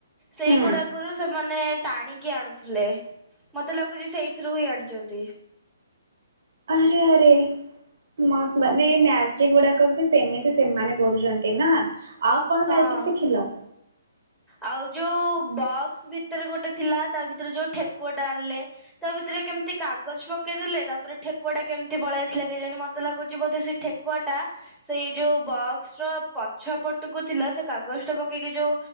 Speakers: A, in the centre; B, on the right.
A: ସେଇଗୁଡାକରୁ
B: ହୁଁ
A: ସେ। ମାନେ ଟାଣିକି ଆଣୁଥିଲେ ମତେ ଲାଗୁଛି ସେଇଥିରୁ ହିଁ ଆଣିଛନ୍ତି।
B: ଆରେ ଆରେ ମାନେ ମ୍ୟାଜିକ ଗୁଡାକ ବି ସେମିତି ସେମାନେ କରୁଛନ୍ତି ନା। ଆଉ କଣ
A: ହଁ।
B: ମ୍ୟାଜିକ ଦେଖିଲ।
A: ଆଉ ଯୋଉ ବକ୍ସ ଭିତରେ ଗୋଟେ ଥିଲା ତା ଭିତରେ ଯୋଉ ଠେକୁଆ ଟା ଆଣିଲେ ତା ଭିତରେ କେମିତି କାଗଜ ପକେଇ ଦେଲେ ତାପରେ ଠେକୁଆ ଟା କେମିତି ପଳେଇ ଆସିଲା କେଜାଣି ମତେ ଲାଗୁଛି ବୋଧେ ସେ ଠେକୁଆ ଟା ସେଇ ଯୋଉ ବକ୍ସ ର ପଛ ପଟକୁ ଥିଲା ସେ କାଗଜ ଟା ପକେଇକି ଯୋଉ।